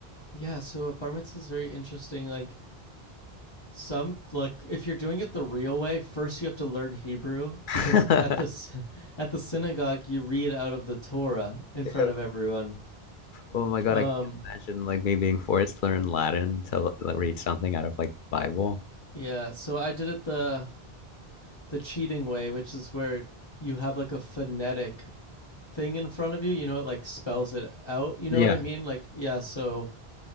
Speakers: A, on the left; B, on the left.
A: yeah, so a bar mitzvah is very interesting. Like some, like if you're doing it the real way, first you have to learn Hebrew
B: <laughs>
A: because at this, <laughs> at the synagogue, you read out of the Torah in
B: Ew.
A: front of everyone.
B: Oh my God,
A: Um,
B: I can't imagine like me being forced to learn Latin to l- read something out of like the Bible.
A: yeah, so I did it the the cheating way, which is where you have like a phonetic thing in front of you. You know, it like spells it out. You know
B: Yeah.
A: what I mean? Like, yeah, so